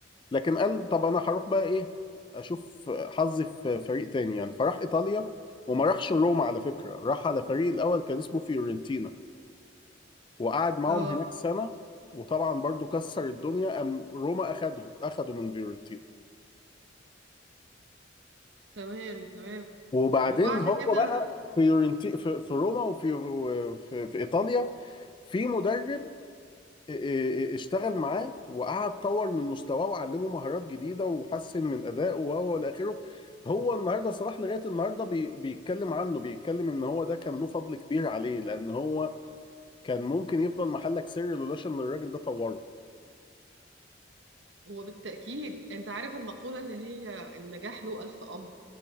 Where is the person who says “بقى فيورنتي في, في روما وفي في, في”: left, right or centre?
Left